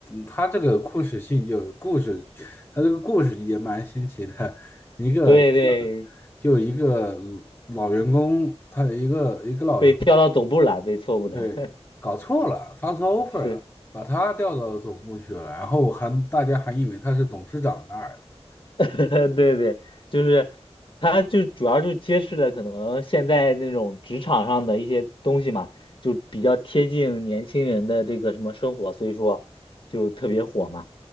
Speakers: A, on the left; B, on the left.
A: 他这个故事性就故事，他这个故事也蛮新奇的。一个
B: 对对，
A: 就一个老员工，他有一个一个老员。
B: 被调到总部了，被错误的，
A: 对，搞错了，发错 offer
B: <laughs> 是。
A: 了，把他调到总部去了，然后我还大家还以为他是董事长的儿子，
B: <laughs> 对对，就是它就主要就揭示了可能现在那种职场上的一些东西嘛，就比较贴近年轻人的这个什么生活，所以说就特别火嘛。